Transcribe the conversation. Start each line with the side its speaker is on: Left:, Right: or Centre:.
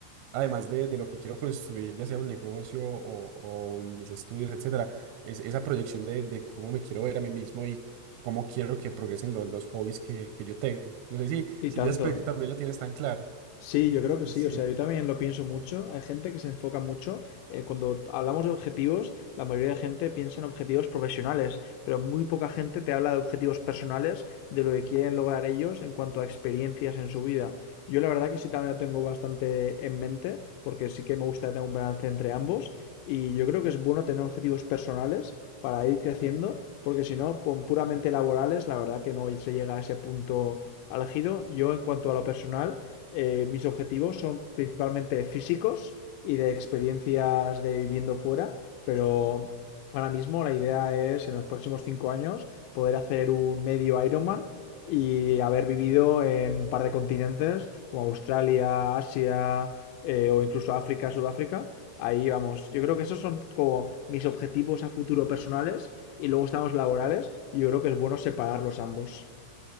Right: además de, de lo que quiero construir, ya sea un negocio o, o mis estudios, etcétera, es esa proyección de, de cómo me quiero ver a mí mismo y cómo quiero que progresen los, los hobbies que, que yo tengo. No sé si,
Left: Y
Right: si
Left: tanto.
Right: ese aspecto también lo tienes tan claro.
Left: Sí, yo creo que
Right: Es-
Left: sí.
Right: Sí.
Left: O sea, yo también lo pienso mucho. Hay gente que se enfoca mucho. eh, cuando hablamos de objetivos, la mayoría de gente piensa en objetivos profesionales, pero muy poca gente te habla de objetivos personales, de lo que quieren lograr ellos en cuanto a experiencias en su vida. Yo la verdad que sí también lo tengo bastante en mente, porque sí que me gusta tener un balance entre ambos. Y yo creo que es bueno tener objetivos personales para ir creciendo, porque si no, con puramente laborales, la verdad que no se llega a ese punto álgido. Yo en cuanto a lo personal eh, mis objetivos son principalmente físicos y de experiencias de viviendo fuera, pero ahora mismo la idea es en los próximos cinco años poder hacer un medio Ironman y haber vivido en un par de continentes como Australia, Asia eh, o incluso África, Sudáfrica. Ahí vamos. Yo creo que esos son como mis objetivos a futuro personales y luego estamos laborales y yo creo que es bueno separarlos ambos.